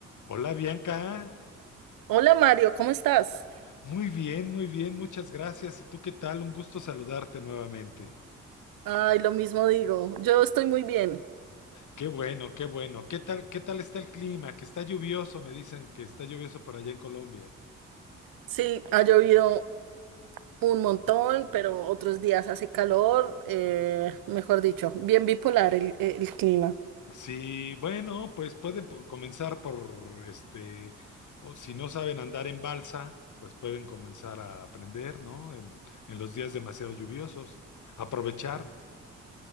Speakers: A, on the left; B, on the right.
A: Hola Bianca,
B: Hola Mario, ¿cómo estás?
A: muy bien, muy bien, muchas gracias. ¿Y tú qué tal? Un gusto saludarte nuevamente.
B: Ay, lo mismo digo, yo estoy muy bien.
A: Qué bueno, qué bueno. ¿Qué tal, qué tal está el clima? Que está lluvioso, me dicen que está lluvioso por allá en Colombia.
B: Sí, ha llovido un montón, pero otros días hace calor, eh, mejor dicho, bien bipolar el, el clima.
A: Sí, bueno, pues pueden po- comenzar por este, o si no saben andar en balsa, pues pueden comenzar a aprender, ¿no? En, en los días demasiado lluviosos. Aprovechar